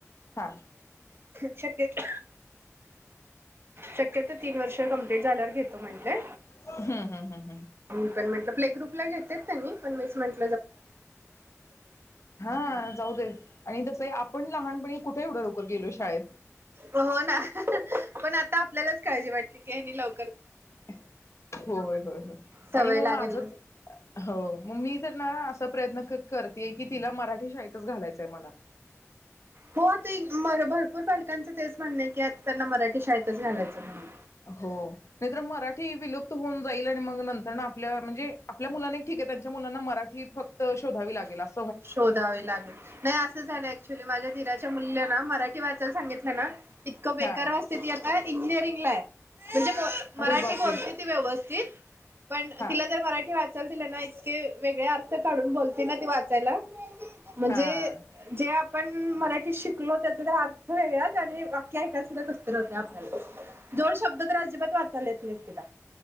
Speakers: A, on the left; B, on the right.
A: हा
B: शक्यत शक्यतो तीन वर्ष कमप्लीट झाल्यावर घेतो म्हंटले
A: हूं हूं हूं
B: मी पण म्हटलं प्ले ग्रुपला घेता त कानी पण मीच म्हंट
A: हां जाऊ दे आणि तसं ही आप पण लहानपणी कुठे एवढं लवकर गेलोय शाळेत
B: हो ना पण आता आपल्यालाच काळजी वाटते, की ह्यानी लव
A: होय होय होय होय
B: सवय
A: आणि मग
B: लागेल
A: माझ हो मग मी तर ना अस प्रयत्न क करतेय की तिला मराठी शाळेतच घालायचंय मला
B: हो ताई म भरपूर पालकांचं तेच म्हणणय की आता त्यांना मराठी शाळेतच घालायचं म्हणून
A: हो नाही तर मराठी विलुप्त होऊन जाईल आणि मग नंतर ना आपल्या म्हणजे आपल्या मुलांना एक ठीक आहे, त्यांच्या मुलांना मराठी फक्त शोधावी लागेल अस
B: शोधावे लागेल नाही असं झालय आहे, ऍक्च्युली माझ्या दीराच्या मुलीला ना मराठी वाचायला सांगितलं ना इतकं बेक्कार
A: हा
B: वाचते ती आत्ता इंजी <unintelligible> म्हणजे बोल
A: अरे
B: मराठी
A: बापरे
B: बोलते ती व्यवस्थित पण
A: हा
B: तिला जर मराठी वाच तर तिला ना इतके वेगळे अर्थ काढून बोलते ना ते वाच <unintelligible> म्हणजे
A: हा
B: जे आप पण मरा ते शिकलो त्याचा जर अर्थ वेगळाच <unintelligible> कसं तरी होतय आपल्याला जोड शब्द तर अजिबात वाचायला येत नाहीत. किडा.